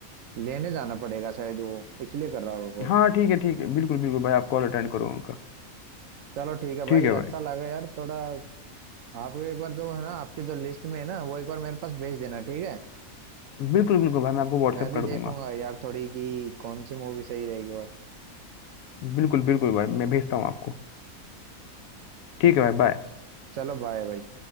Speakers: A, on the right; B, on the left.
A: लेने जाना पड़ेगा शायद वो इसलिए कर रहा होगा कॉल
B: हाँ ठीक है ठीक है बिल्कुल बिल्कुल भाई आप कॉल अटेंड करो उनका
A: चलो ठीक है
B: ठीक
A: भाई
B: है भाई
A: अच्छा लगा यार थोड़ा आप एक बार जो है ना आपकी जो लिस्ट में है ना वो एक बार मेरे पास भेज देना ठीक है
B: बिल्कुल बिल्कुल भाई मैं आपको व्हाट्सएप
A: मैं भी
B: कर
A: देखूंगा
B: दूंगा
A: यार थोड़ी कि कौन सी मूवी सही रहेगी और
B: बिल्कुल बिल्कुल भाई मैं भेजता हूँ आपको ठीक है भाई बाय
A: चलो बाय भाई